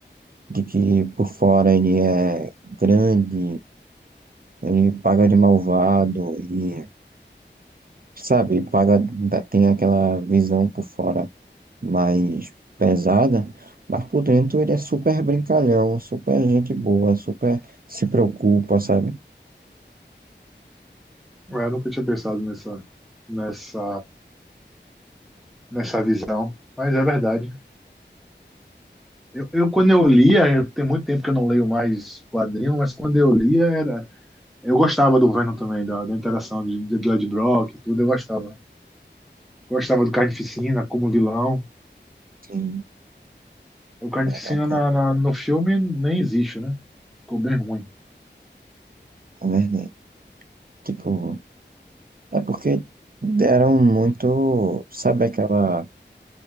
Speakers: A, on the right (about 50°); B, in the centre.
A: de que por fora ele é grande, ele paga de malvado e, sabe, paga, dá- tem aquela visão por fora mais pesada, mas por dentro ele é super brincalhão, super gente boa, super se preocupa, sabe?
B: Eu nunca tinha pensado nessa, nessa, nessa visão. Mas é verdade. Eu, eu quando eu lia, eu- tem muito tempo que eu não leio mais quadrinho, mas quando eu lia era. Eu gostava do Venom também, da, da interação de, de Blood Brock e tudo, eu gostava. Gostava do Carnificina como vilão.
A: Sim,
B: O Carnificina
A: caraca,
B: na, na- no filme nem existe, né? Ficou bem ruim.
A: é verdade. Tipo, é porque deram muito, sabe aquela,